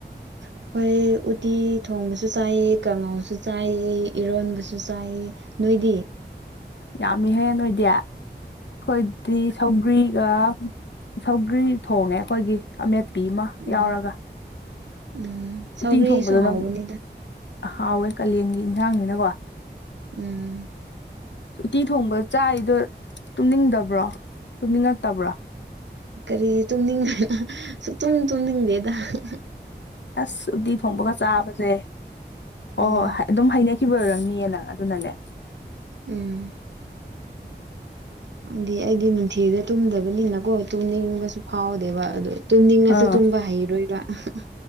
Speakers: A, on the right; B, on the left.
A: ꯑꯈꯣꯏ ꯎꯠꯇꯤ ꯊꯣꯡꯕꯁꯨ ꯆꯥꯏꯌꯦ ꯀꯉꯥꯎꯁꯨ ꯆꯥꯏꯌꯦ ꯏꯔꯣꯟꯕꯁꯨ ꯆꯥꯏꯌꯦ ꯅꯣꯏꯗꯤ
B: ꯌꯥꯝꯃꯤꯍꯦ ꯅꯣꯏꯗꯤ ꯑꯩꯈꯣꯏꯗꯤ ꯁꯧꯒ꯭ꯔꯤꯒ
A: ꯎꯝ
B: ꯁꯧꯒ꯭ꯔꯤ ꯊꯣꯡꯉꯦ ꯑꯩꯈꯣꯏꯒꯤ ꯑꯃꯦꯠꯄꯤ ꯑꯃ
A: ꯎꯝ
B: ꯌꯥꯎꯔꯒ
A: ꯎꯝ ꯁꯧꯒ꯭ꯔꯤꯁꯨ
B: ꯎꯇꯤ ꯊꯣꯡꯕꯗꯣ
A: ꯍꯥꯎꯕꯅꯤꯗ
B: ꯅꯝ ꯍꯥꯎꯋꯦ ꯀꯜꯂꯦꯟꯒꯤ ꯏꯟꯁꯥꯡꯅꯤꯅꯀꯣ
A: ꯎꯝ
B: ꯎꯇꯤ ꯊꯣꯡꯕ ꯆꯥꯏꯗꯣ ꯇꯨꯝꯅꯤꯡꯗꯕ꯭ꯔꯣ ꯇꯨꯝꯅꯤꯡꯉꯛꯇꯕ꯭ꯔꯣ
A: ꯀꯔꯤ ꯇꯨꯝꯅꯤꯡ ꯑꯍꯥꯍꯥ ꯁꯨꯛꯇꯨꯝ ꯇꯨꯝꯅꯤꯡꯗꯦꯗ ꯑꯍꯥꯍꯥ
B: ꯑꯁ ꯎꯇꯤ ꯊꯣꯡꯕꯒ ꯆꯥꯕꯁꯦ ꯍꯣ
A: ꯎꯝ
B: ꯍꯣ ꯍꯠ ꯑꯗꯨꯝ ꯍꯩꯅꯈꯤꯕ ꯑꯣꯏꯔꯝꯅꯤꯌꯦ ꯅꯪ ꯑꯗꯨꯅꯅꯦ
A: ꯎꯝ ꯗꯦ ꯑꯩꯗꯤ ꯅꯨꯡꯊꯤꯜꯗ ꯇꯨꯝꯗꯕꯅꯤꯅꯀꯣ ꯇꯨꯝꯅꯤꯡꯕꯁꯨ ꯐꯥꯎꯗꯦꯕ ꯑꯗꯨ ꯇꯨꯝꯅꯤꯡꯉꯁꯨ
B: ꯑꯥ
A: ꯇꯨꯝꯕ ꯍꯩꯔꯣꯏꯕ ꯑꯍꯍ